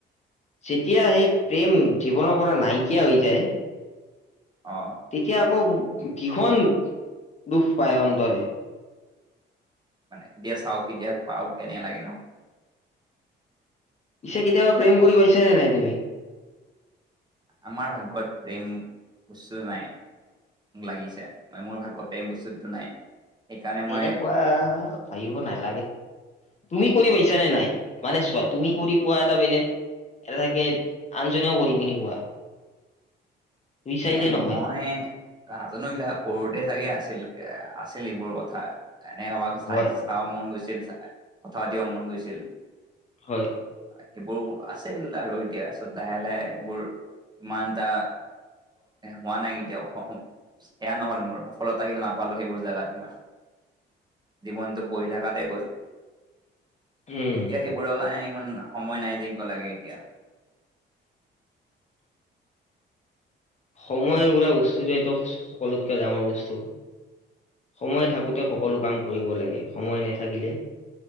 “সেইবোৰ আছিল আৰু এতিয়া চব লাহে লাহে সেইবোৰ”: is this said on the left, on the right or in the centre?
Right